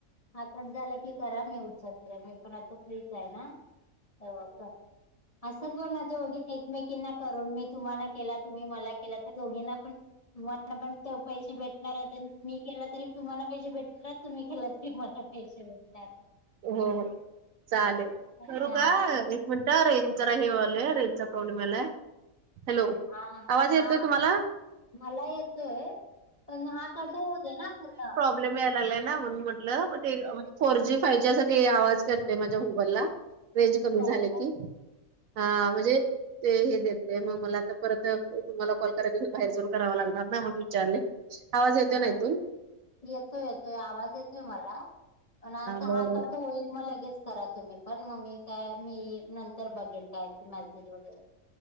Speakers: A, on the left; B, on the right.
A: हा कट झाला की करा मी उचलते मी पण आता फ्रीच आहे ना. ते हो का, असंच बघ ना दोघी एकमेकींना करून मी तुम्हाना केला तुम्ही मला केला तर दोघींना पण तुम्हाला पण पैसे भेटणार मी केला तरी तुम्हाला पैसे भेटणार तुम्ही केला. क <unintelligible> म कसे वल्यार
B: हो हो, चालेल
A: ना.
B: करू का एक. म्हणता रेंज जरा हे व्हायल रेंजचा प्रॉब्लेम आलाय हॅलो.
A: हा हा
B: आवाज
A: हा
B: येतोय
A: हा,
B: तुम्हाला
A: मला येतय. पण हा कट होऊ दे ना पूर्ण.
B: पले मिळालेना म्हणून म्हटलं ते फोर जी. पैशासाठी आवाज करतय माझ्या मोबाईलला. रेंज
A: असं
B: कमी
A: आहे
B: झाले
A: का
B: की हा म्हणजे. ते हे देतय मग मला आता परत तुम्हाला कॉल कराय बाहेर जाऊन करावं लागणार ना म्हणून विचारले. आवाज येतो
A: हा
B: ना इथून.
A: येतोय येतोय आवाज येतोय मला पण आता
B: बरं
A: हा कट
B: बर
A: होईल मग लगेच कराच. तुम्ही पण म मी काय मी नंतर बघेन काय त मेसेज वगैरे.